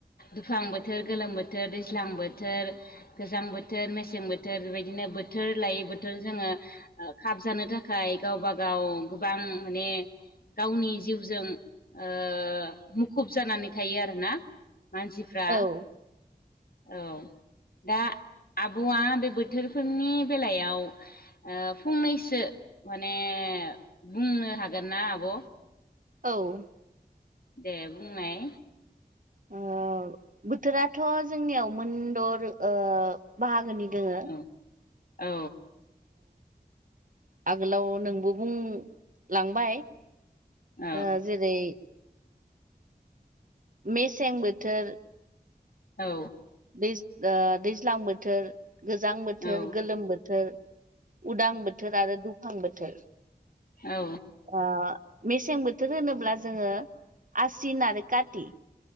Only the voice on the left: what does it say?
दुफ्लां बोथोर, गोलोम बोथोर, दैज्लां बोथोर, गोजां बोथोर मेसें बोथोर बेबायदिनो बोथोर लायै बोथोर जोङो खाबजानो थाखाय गावबा गाव गोबां माने गावनि जिउजों ओ मुखुब जानानै थायो आरोना मानसि फ्रा
औ दा आब'आ बे बोथोरफोरनि बेलायाव फंनैसो माने बुंनो हागोन ना आब'
दे बुंनाय
औ औ
औ
औ
औ
औ